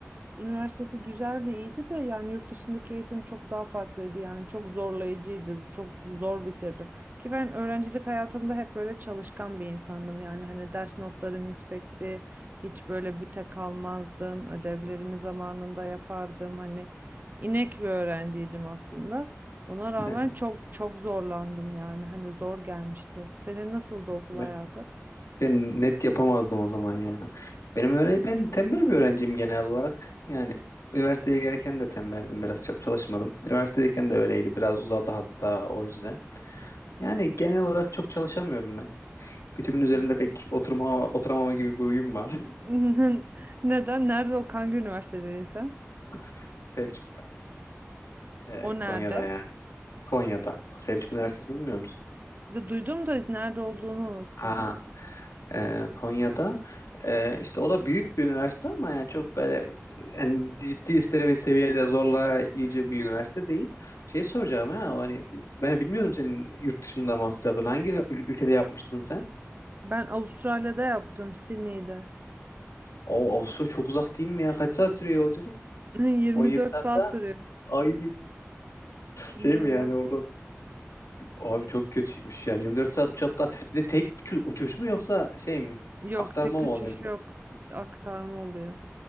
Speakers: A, on the right (about 40°); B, on the left (about 90°).
A: Üniversitesi güzel de iyiydi de yani yurt dışındaki eğitim çok daha farklıydı yani çok zorlayıcıydı çok zor bitirdim ki ben öğrencilik hayatımda hep böyle çalışkan bir insandım yani hani ders notlarım yüksekti hiç böyle büte kalmazdım ödevlerimi zamanında yapardım hani inek bir öğrenciydim aslında ona rağmen
B: <laughs>
A: çok çok zorlandım yani hani zor gelmişti senin nasıldı okul
B: Ben,
A: hayatı?
B: ben net yapamazdım o zaman ya. Benim öyle ben tembel bir öğrenciyim genel olarak. Yani üniversiteye girerken de tembeldim biraz çok çalışmadım. Üniversitedeyken de öyleydi biraz uzadı hatta o yüzden. Yani genel olarak çok çalışamıyorum ben. Kütüğümün üzerinde
A: N-
B: pek oturma, oturamama gibi bir huyum var.
A: <laughs> Neden? Nerede o? Hangi üniversitede sen?
B: <laughs> Selçuk'ta, e,
A: O nerede?
B: Konya'da yani. Konya'da. Selçuk Üniversitesi'ni bilmiyor musun?
A: De duydum da nerede olduğunu unuttum.
B: Ha, e, Konya'da E, işte o da büyük bir üniversite ama yani çok öyle, yani ciddi bir seviyede zorlayıcı bir üniversite değil. Şeyi soracağım ya hani ben bilmiyordum senin yurt dışında master yaptığını. Hangi ül- ülkede yapmıştın sen?
A: Ben Avustralya'da yaptım, Sydney'de.
B: O Avusturya çok uzak değil mi ya? Kaç saat sürüyor yolculuk?
A: <laughs> 24
B: 17 saat
A: saat
B: falan.
A: sürüyor.
B: Ay
A: 24
B: şey mi yani
A: saat.
B: orada abi çok kötüymüş ya 24 saat uçakta bir de tek uçu- uçuş mu yoksa şey mi
A: Yok,
B: aktarma
A: tek
B: mı
A: uçuş
B: oluyor?
A: yok. Aktarma oluyor.